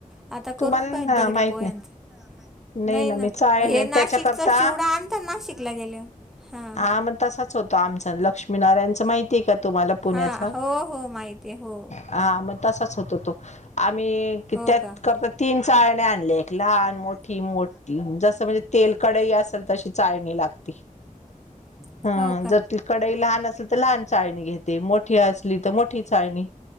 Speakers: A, in the centre; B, on the left (about 55°).
A: आता करून
B: तुम्हाला
A: पाहील दगडी
B: माहित
A: पोह्यांचा.
B: नाही नाही
A: नाई ना
B: मी चाळे
A: हे
B: नाही
A: नाशिकचा
B: त्याच्याकरता
A: चिवडा आणता नाशिकला गेल्यावर हा.
B: हा म तसाच होतो आमचा लक्ष्मीनारायणचं माहि तीय तुम्हाला पुण्याचा
A: हा हो हो माहिती आहे हो
B: हा मग तसाच होतो. आम्ही त्यात
A: हो का
B: करता तीन चाळन्या आणल्या
A: कप
B: एक लहान मो ठी-
A: एक
B: जसं म्हणजे तेल कढई असेल तशी चाळणी लागती.
A: लागते
B: हं
A: हो का
B: जर ती कढई लहान अस ली तर लहान चाळणी घेते मोठी असली तर मोठी चाळणी